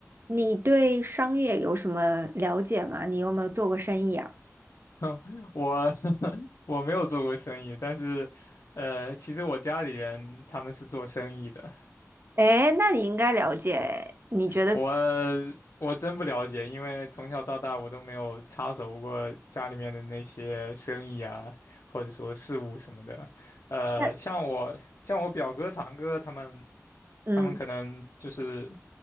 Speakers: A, on the right (about 45°); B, on the left (about 80°).
A: 你对商业有什么了解吗？你有没有做过生意啊？
B: <laughs> 我 <laughs> 我没有做过生意，但是，呃，其实我家里人他们是做生意的，
A: 哎，那你应该了解。你觉得
B: 我我真不了解，因为从小到大我都没有插手过家里面的那些生意啊，或者说事务什么的。呃，
A: 那
B: 像我像我表哥堂哥他们，
A: 嗯，
B: 他们可能就是。